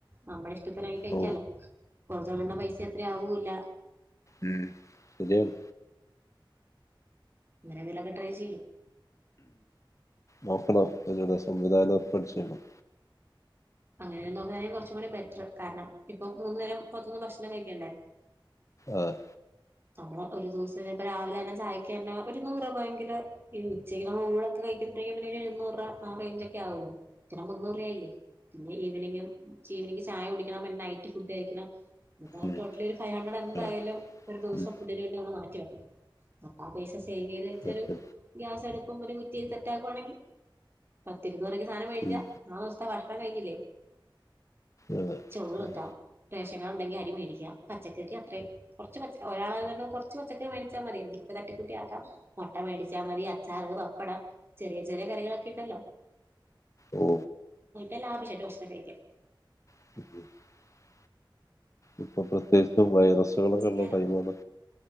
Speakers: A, on the right; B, on the left.
A: നമ്മള് ഇഷ്ടത്തിനായി കഴിക്കാലോ
B: ഓ
A: പൊറത്താവുന്ന വൈസ അത്ര ആവൂല്ല
B: ഉം ശരിയാണ്
A: അങ്ങനെ എങ്കിലൊക്കെ ട്രൈ ചെയ്യും
B: നോക്കണം അതിനുള്ള സംവിധാനം ഏർപ്പാടു ചെയ്യണം
A: അങ്ങനെ നോക്കുന്ന കുറച്ചും കൂടി ബെറ്റർ കാരണം ഇപ്പൊ മൂന്നു നേരം പൊറത്തുനിന്ന് ഭക്ഷണം കഴിക്കണ്ടേ
B: ആഹ്
A: നമ്മള് ഒരു ദിവസം ചെലപ്പോ രാവിലെ തന്നെ ചായക്കെ ഒരു നൂറ് പോയെങ്കില് ഈ ഉച്ചയ്ക്ക്മ്മള് ഊന്നൊക്കെ കഴി <unintelligible> ഇരുന്നൂറു രൂപ ആ റേഞ്ച് ഒക്കെ ആവല്ലോ ഇെ മുന്നൂറ് രൂപായില്ലേ പിന്നെ ഈവനിങ് ഈവനിങ് ചായ കുടിക്കണം പിന്നെ നൈറ്റ് ഫുഡ് കഴിക്കണം
B: ഉം,
A: ടോട്ടലി ഒരു ഫൈവ് ഹൺണ്ട്രഡ് എന്തായാലും
B: ആ,
A: ഒരു ദിവസം
B: ഉം,
A: ഫുഡിന് വേണ്ടി നമ്മൾ മാറ്റി വെക്കണംപ്പ ആ പൈസ പെ സേവ് ചെയ്ത് വെച്ച് ഒരു
B: ഒക്കെ.
A: ഗ്യാസ് എടുക്കുമ്പ ഒരു കുറ്റി സെറ്റാക്കുവാണെങ്കിൽ <unintelligible> സാനം വേടിച്ചാ
B: ഉം,
A: ആ ദിവസത്തെ ഭക്ഷണം കഴിഞ്ഞില്ലേ
B: ആ,
A: ചോറ് വയ്ക്കാം
B: ഉം.
A: റേഷൻ കാർഡ് ഉണ്ടേങ്കി അരി മേടിക്കാം പച്ചക്കറിക്ക് അത്രേം കൊർച്ച് പ ഒരാളത്ണ്ട കൊർച്ച് പച്ചക്കറി വാങ്ങിച്ചാ മതി തട്ടികൂട്ടി ആക്കാം മുട്ട മേടിച്ചാൽ മതി അച്ചാറ് പപ്പടം ചെറിയ ചെറിയ കറികളൊക്കെ ഇണ്ടല്ലോ
B: ഓ
A: എ ലാഭിഷായിട്ട് ഭക്ഷണംകയിക <unintelligible>
B: <inaudible> ഇപ്പൊ പ്രത്യേകിച്ചു വൈറസുകളൊക്കെ
A: ചെയ്യാലോ
B: ഉള്ള ടൈമാണ്